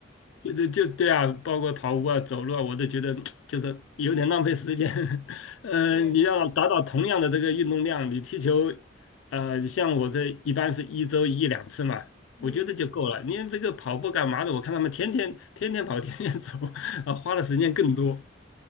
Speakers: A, on the left; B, on the left.
A: 就就就对啊，包括跑步啊、走路啊，我都觉得就是有点浪费时间。<laughs> 嗯，
B: 对对对，
A: 你要达到同样的这个运动量，你踢球，呃，像我这一般是一周一两次嘛，
B: 嗯，
A: 我觉得就够了。你这个跑步干嘛的？我看他们天天天天跑，天天走，<laughs> 啊，花的时间更多。